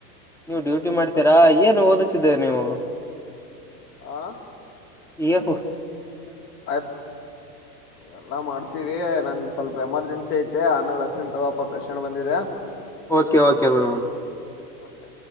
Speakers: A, in the centre; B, on the left.
A: ನೀವು ಡ್ಯೂಟಿ ಮಾಡ್ತೀರಾ ಏನ್ ಓದುತ್ತಿದ್ದ ನೀವು
B: ಆ
A: ಈಕು
B: ಆಯ್ತ್ ಎಲ್ಲ ಮಾಡ್ತೀವಿ ನಂದು ಸ್ವಲ್ಪ ಎಮರ್ಜೆನ್ಸಿ ಯತ ಆಮೇಲೆ ಅಸ್ತಿನ್ ತಗೋಪಪ್ಪಕ್ಷಣ ಬಂದಿದೆೆ
A: ಓಕೆ ಓಕೆ ಗು
B: ಓಕೆ